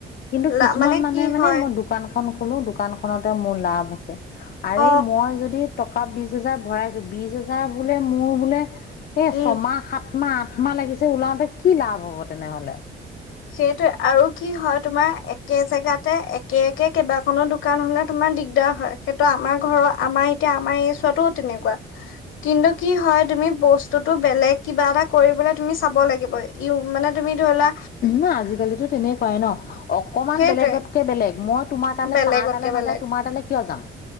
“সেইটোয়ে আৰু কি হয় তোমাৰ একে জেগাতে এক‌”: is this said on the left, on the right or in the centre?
Left